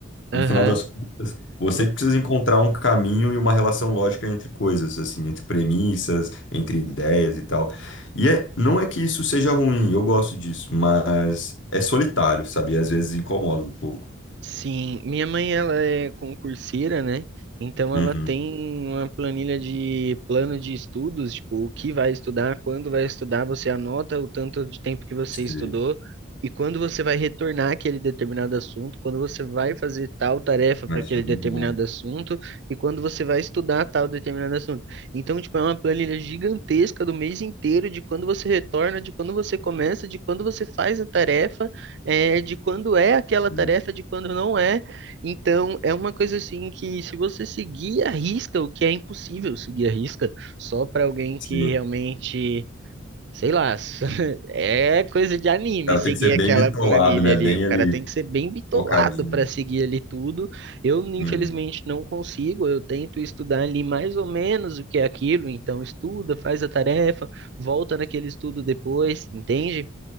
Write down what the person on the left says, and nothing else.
No final das contas, você
precisa encontrar um caminho e uma relação lógica entre coisas, assim, entre premissas, entre ideias e tal. E é, não é que isso seja ruim, eu gosto disso, mas é solitário, sabe? E às vezes incomoda um pouco.
Uhum.
Sim,
mas
isso é bem
bom.
Sim.
Sim.
O cara
tem que ser bem
bitolado,
né?
Bem
ali,
focadinho.
Uhum.